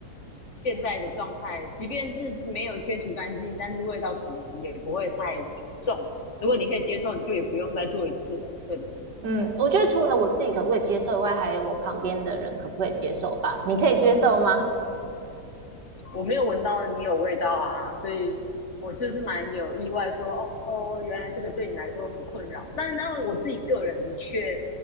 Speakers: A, on the left; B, on the right.
A: 现在的状态，即便是没有切除干净，但是味道可能也不会太重。如果你可以接受，你就也不用再做一次了，对
B: 嗯，我觉得除了我自己可不可以接受以外，还有我旁边的人可不可以接受吧？你可以接受吗？
A: 我没有闻到你有味道啊，所以我就是蛮有意外说，哦哦，原来这个对你来说很困扰。但但我自己个人的确，